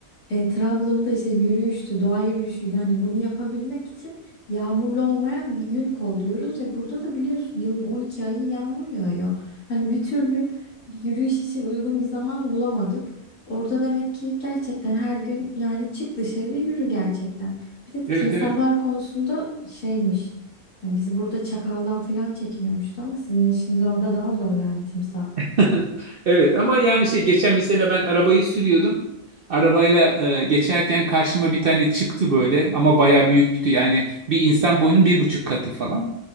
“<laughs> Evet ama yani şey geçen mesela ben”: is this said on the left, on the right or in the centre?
Right